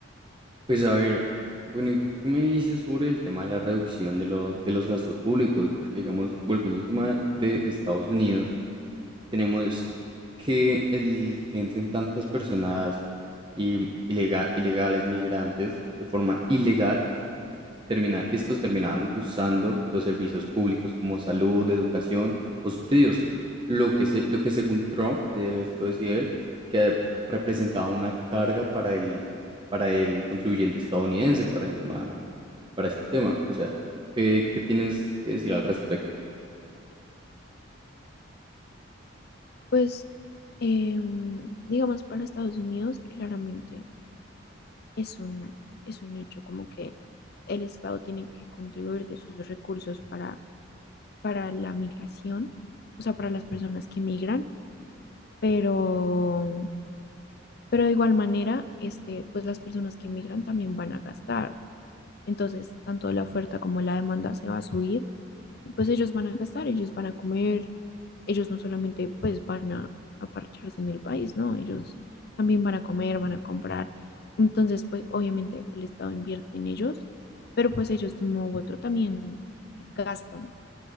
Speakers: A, on the right; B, on the left.
A: Pues a ver, bueno, ¿y tú qué me dices sobre el tema de la reducción de los, de los gastos públicos? Porque, digamos, volviendo al tema de Estados Unidos, tenemos que el que entren tantas personas y ilega- ilegales, migrantes, de forma ilegal, termina, estos terminaban usando los servicios públicos como salud, educación o subsidios, lo que, se- lo que según Trump, eh, esto decía él, que representaba una carga para el, para el contribuyente estadounidense, para el tema, para este tema. O sea, ¿qué, qué tienes que decir al respecto?
B: Pues, em, digamos, para Estados Unidos, claramente es un, es un hecho como que el Estado tiene que contribuir de sus recursos para, para la migración, o sea, para las personas que migran, pero, pero de igual manera, este, pues las personas que migran también van a gastar. Entonces, tanto la oferta como la demanda se va a subir pues ellos van a gastar, ellos van a comer, ellos no solamente pues van a, a parcharse en el país, ¿no? Ellos también van a comer, van a comprar. Entonces, pues obviamente el Estado invierte en ellos, pero pues ellos de un modo u otro también gastan